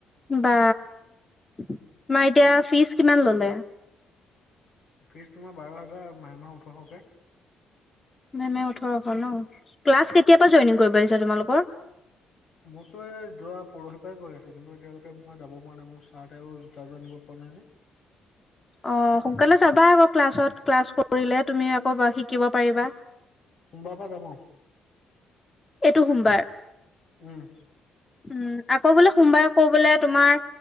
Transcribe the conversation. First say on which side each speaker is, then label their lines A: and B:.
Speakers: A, on the left; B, on the left.
A: বা তোমাৰ এতিয়া ফিজ কিমান ল'লে?
B: ফিজ তোমাৰ বাৰ হাজাৰ আৰু মাহে মাহ ওঠৰশকে।
A: মাহে মাহে ওঠৰশ ন ক্লাছ কেতিয়া পৰা জইনিং কৰিব আহিছা তোমালোকৰ?
B: মোৰতো এ যোৱা পৰহি পৰাই গৈ আছে কিন্তু এতিয়ালৈকে মই যাব পৰা নাই মোৰ চাৰট আৰু জোতাযোৰ আনিব অনাৰে
A: অ সোনকালে যাবা আকৌ ক্লাছত ক্লাছ কৰিলে তুমি আকৌ শিকিব পাৰিবা।
B: সোমবাৰৰ পৰা যাম আও
A: এইটো সোমবাৰ।
B: উম
A: উম আকৌ বোলে সোমবাৰে আকৌ বোলে তোমাৰ